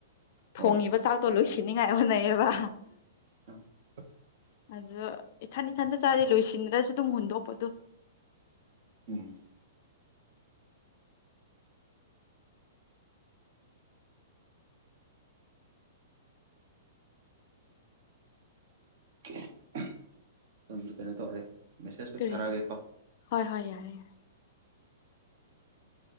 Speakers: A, on the left; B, on the right.
A: ꯊꯣꯡꯉꯤꯕ
B: ꯍꯣꯏ
A: ꯆꯥꯛꯇꯣ ꯂꯣꯏꯁꯤꯟꯅꯤꯉꯥꯏ ꯍꯣꯠꯅꯩꯌꯦꯕ
B: <inaudible>
A: ꯑꯗꯨ ꯏꯊꯟ ꯏꯊꯟꯗ ꯆꯥ꯭ꯔꯗꯤ ꯂꯣꯏꯁꯤꯟꯗ꯭ꯔꯁꯨ ꯗꯨꯝ ꯍꯨꯟꯗꯣꯛꯄꯗꯣ
B: ꯎꯝ ꯀꯦ ꯍꯝ ꯃꯇꯝꯁꯨ ꯀꯩꯅꯣ ꯇꯧꯔꯦ ꯃꯦꯁꯦꯁ ꯇꯤ
A: ꯀꯔꯤ
B: ꯊꯥꯔꯛꯑꯒꯦꯀꯣ
A: ꯍꯣꯏ ꯍꯣꯏ ꯌꯥꯔꯦ ꯌꯥꯔꯦ